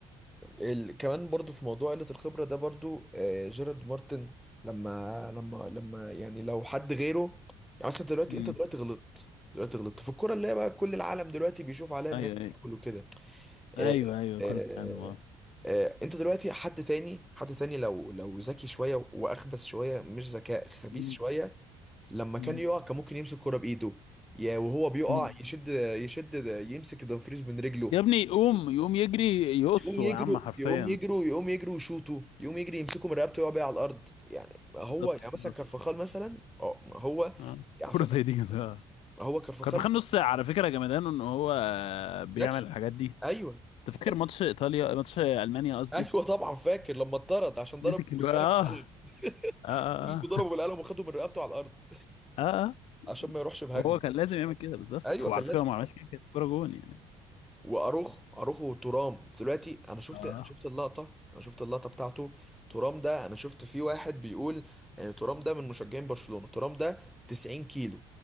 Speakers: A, in the centre; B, on the left (about 65°).
A: ال... كمان برضو في موضوع قله الخبره ده برضو آه جيرارد مارتن لما لما لما يعني لو حد غيره يعني مثلا دلوقتي
B: مم.
A: انت دلوقتي غلطت دلوقتي غلطت في الكوره اللي هي بقى كل العالم دلوقتي بيشوف عليها ان
B: ايوه
A: هي فاول
B: ايوه
A: وكده
B: ايوه
A: آه
B: ايوه
A: آه
B: كل عام آه.
A: آه انت دلوقتي حد تاني حد تاني لو لو ذكي شويه واخبث شويه مش ذكاء خبيث
B: مم.
A: شويه لما
B: مم.
A: كان يقع كان ممكن يمسك كرة بايده يا وهو بيقع
B: مم.
A: يشد يشد يمسك دومفريز من رجله
B: يا ابني يقوم يقوم يجري يقصه
A: يقوم يجروا
B: يا عم حرفيا
A: يقوم يجروا يقوم يجروا يشوطوا يقوم يجري يمسكوا من رقبته ويقع بيه على الارض يعني هو
B: بالظبط
A: يعني
B: بالظبط
A: مثلا كارفخال مثلا اه هو
B: آه.
A: على
B: كرة
A: فكره
B: زي دي كان
A: هو كارفخال
B: كارفاخال نص ساعة على فكرة جمدانه ان هو آه، بيعمل
A: ذكي
B: الحاجات دي
A: ايوه
B: تفكر
A: ذكي
B: ماتش ايطاليا ماتش المانيا قصدي
A: ايوه طبعا فاكر لما اتطرد عشان ضرب
B: مسك
A: موسيالا
B: الولد اه
A: بالقلم <laughs>
B: اه اه
A: مسكوا ضربه بالقلم وخدوا من رقبته على الارض
B: اه آه.
A: عشان ما يروحش بهجمه
B: وهو كان لازم يعمل كده بالظبط
A: ايوه
B: هو
A: كان
B: على فكره
A: لازم
B: هو ما عملش كده كانت كوره جون يعني
A: واروخو اروخو وترام دلوقتي انا شفت
B: اه
A: انا شفت اللقطه انا شفت اللقطه بتاعته ترام ده انا شفت فيه واحد بيقول يعني ترام ده من مشجعين برشلونه ترام ده 90 كيلو